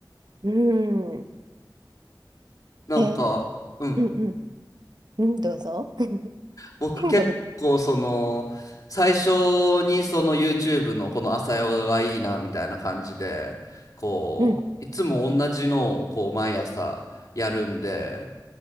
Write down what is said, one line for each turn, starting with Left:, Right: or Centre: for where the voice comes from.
Right: うん。
Left: なんか、
Right: え、うん
Left: うん。
Right: うん。うん、どうぞ。<laughs>
Left: 僕結構その、
Right: ごめん
Left: 最初にその YouTube のこの朝ヨガがいいなみたいな感じで、こう、
Right: うん、
Left: いつも同じのをこう毎朝やるんで、